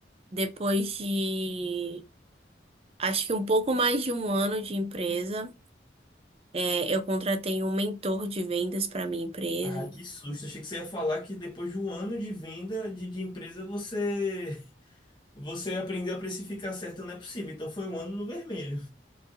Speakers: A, on the right; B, on the left.
A: Depois de acho que um pouco mais de um ano de empresa, é, eu contratei um mentor de vendas para minha empresa.
B: Ah, que susto! Achei que você ia falar que depois de um ano de venda de, de empresa você você aprendeu a precificar certo, não é possível. Então foi um ano no vermelho.